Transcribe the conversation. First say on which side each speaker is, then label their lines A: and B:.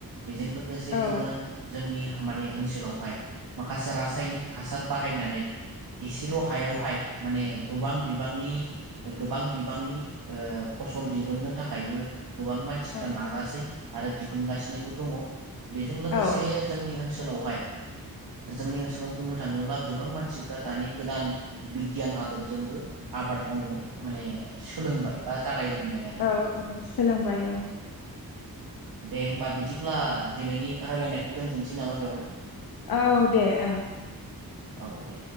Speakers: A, on the right; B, on the left.
A: बेजों लोगोसे
B: औ
A: जोङो जोंनि माने ओनसोलावहाय माखासे रासायनिक हासार बाहायना नै एसेल' हायावहाय माने गोबां बिबांनि गोबां बिबांनि फसल दिहुननो थाखायबो गोबां मानसिफ्रा
B: औ
A: नाजासै आरो दिहुनगासिनोबो दङ बेजों लोगोसे
B: औ
A: जोंनि ओनसो सोलावहाय जोंनि ओनसोलाव बुंनो थाङोब्ला गोबां मानसिफ्रा दानि गोदान बिगियान आदबजोंबो आबाद मावनो माने सोलोंबाय बा जागायजेनबाय आरो
B: औ औ सोलोंबाय औ।
A: दे होमबा बिदिब्ला दिनैनि रायलायनायखौ दोनथ'नोसै नामा बेयावनो।
B: औ दे ओं।
A: औ। दे